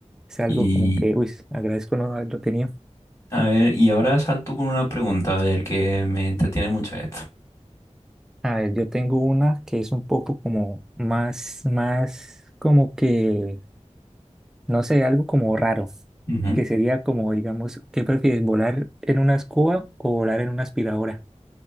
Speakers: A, in the centre; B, on the left (about 25°).
A: es algo
B: y
A: como que, uy, agradezco no haberlo tenido.
B: a ver, y ahora salto con una pregunta, a ver, que me entretiene mucho esto.
A: A ver, yo tengo una que es un poco como más, más como que, no sé, algo como raro,
B: Ujú.
A: que sería como, digamos, ¿qué prefieres, volar en una escoba o volar en una aspiradora?